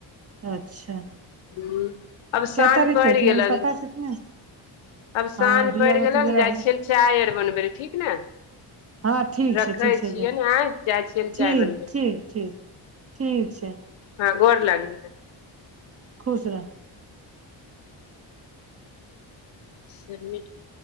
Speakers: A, on the right (about 35°); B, on the left (about 80°).
A: अच्छा
B: हूँ आब साँझ
A: क तारीख
B: पड़ि
A: कहथिन
B: गेलनि
A: अभी पता छैथिन ने
B: आब साँझ
A: हँ दिया
B: पड़ि
A: बती
B: गेल ने
A: बड़ा
B: जाइ छियनि चाय आर बनबै लए ठीक ने
A: हाँ ठीक
B: रखै
A: छै ठीक छै
B: छियनि
A: जा
B: आँय जाइ छियनि
A: ठीक
B: चाय बनबै
A: ठीक ठीक ठीक छै
B: हाँ गोर लागै हइ
A: खुस रह
B: से मिट